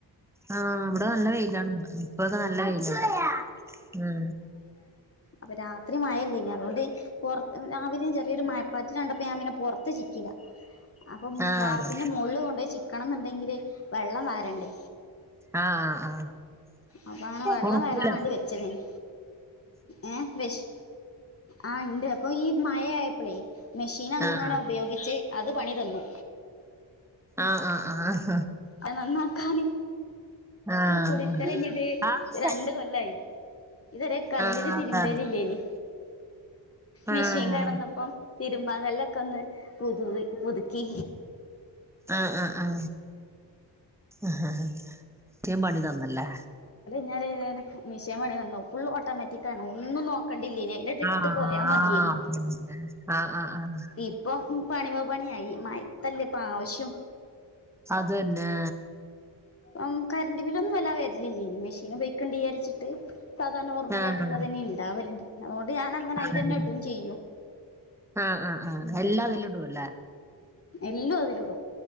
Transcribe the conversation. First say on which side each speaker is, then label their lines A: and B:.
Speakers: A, in the centre; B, on the left.
A: ആഹ ഇവിടെ നല്ല
B: ഉം
A: വെയിലാണ് ഇപ്പൊക്കെ നല്ല വെയിലാണ് അ.
B: അൊ രാത്രി മയല്ലേ ഇ അതുകൊണ്ട് രാവിലും ചെറിയരു മപ്പാറ്റ ണ്ടപ്പോ ഞാൻ പിന്നെ പുറത്ത് ചിക്കില്ല അപ്പൊ
A: ആഹ്
B: വാപ്പിന്റെ മോള്ല് കൊണ്ടേയി ചിക്കി ഒണക്കണം ന്ണ്ടെങ്കില് വെള്ളം വരണ്ടേ.
A: ആഹ ആ
B: അപ്പൊ അങ്ങനെ വെള്ളം
A: ഒണക്കൂല
B: വരാൻ വേണ്ടി വെച്ചതേനി ഏ ഫിഷ് ആ ഇണ്ട് ഇപ്പൊ ഈ മഴയപ്പോളേ മെഷീൻ അങ്ങനെ
A: ആഹ്
B: ഉപയോഗിച്ച് അത് പണി തന്നു.
A: ആഹ് ആ ആ്
B: അത് നന്നാക്കാന്
A: ആഹ്
B: കുടിൽക്കലൈഞ്ഞിട്ട്
A: ആഹ്
B: രണ്ട് കൊല്ലായി ഇതരെ കല്ലില്
A: ആഹ്
B: തിരുമ്പലില്ലേനി
A: ആഹ്
B: മെഷീൻ
A: ആഹ്
B: കേടന്നപോ തിരുമ്പാങ്ങല്ലൊക്കെ ഒന്ന് പുതുവി പുതുക്കി
A: ആഹ ആഹ ആഹ ആ ഇറ്റേം പണി തന്നല്ലേ
B: ഞ മെഷൻേണിന്നു ഫുൾ ഓട്ടോമാറ്റിിക്ക ആണ് ഒന്നും നോ കണ്ടില്ലേന അലട്ട് ഇട്ട്
A: ആഹ്
B: പോയാ മതിയേനി
A: ആഹ്
B: ഇപ്പം ഉം പണിമ പണിയായി മയത്തല്ലെപ്പാവശ്യം.
A: അതന്നെ.
B: ഒം കരണ്ട് ബില്ലൊന്നും വല്ലാ വരിലില്ലേയ്നി. മെഷീനു പയോക്കണ്ട് യാരിച്ചിട്ട്. സാദാ നോർമലായിട്ട്ള്ളതെന്ന്യ
A: ആഹ്
B: ണ്ടാവല്. <unintelligible> ത് ഞാനങ്ങനയിലെന്നെ
A: ആഹ് ആഹ് അതന്നെ
B: ടും ചെയ്യും.
A: ആഹ് ആഹ് ആഹ് ആഹ് ആഹ്
B: ഊം.
A: എല്ലാം അതിലിടുവല്ലേ
B: എല്ലു അതില്ടു.